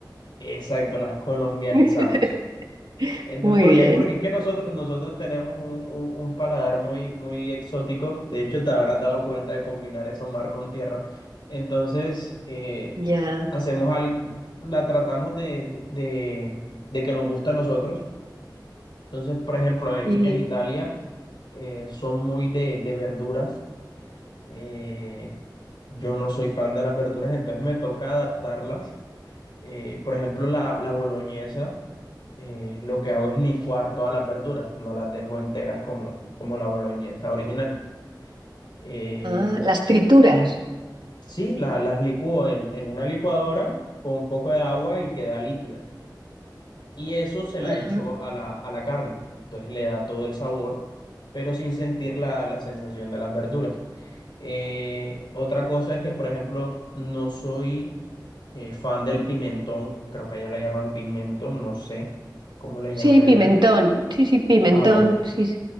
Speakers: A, on the left (about 90°); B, on the right (about 80°).
A: exacto, las colombianizamos.
B: <laughs>
A: Entonces,
B: Muy
A: porque,
B: bien,
A: porque es que nosotros, nosotros tenemos un, un- un paladar muy, muy exótico. De hecho, te habrás dado cuenta de combinar eso mar con tierra. Entonces, eh,
B: ya.
A: hacemos al, la tratamos de, de, de- de que nos gusta a nosotros. Entonces, por ejemplo, en,
B: Y
A: en Italia eh, son muy de, de verduras. Eh, yo no soy fan de las verduras, entonces me toca adaptarlas Eh, por ejemplo, la, la boloñesa, eh, lo que hago es licuar todas las verduras, no las dejo enteras como, como la boloñesa original. Eh,
B: ah, las trituras.
A: mm, sí, la- las licúo en, en una licuadora con un poco de agua y queda líquida. Y eso se la
B: Ajá.
A: echo a la, a la carne. Entonces le da todo el sabor, pero sin sentir la, la sensación de las verduras. Eh, otra cosa es que, por ejemplo, no soy eh, fan del pimentón, creo que allá le llaman pimiento, no sé cómo le
B: Sí,
A: llaman allá.
B: pimentón. Sí, sí, pimentón.
A: Ah, bueno,
B: Sí, sí.